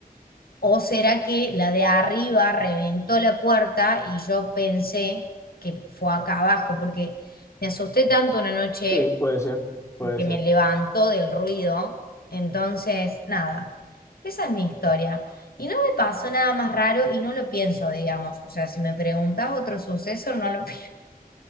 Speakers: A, on the left; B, on the left.
A: ¿O será que la de arriba reventó la puerta y yo pensé que fue acá abajo? Porque me asusté tanto una noche
B: sí, puede ser. Puede
A: que
B: ser.
A: me levantó del ruido. Entonces, nada, esa es mi historia. Y no me pasó nada más raro y no lo pienso, digamos. O sea, si me preguntás otro suceso, no lo <laughs> pienso.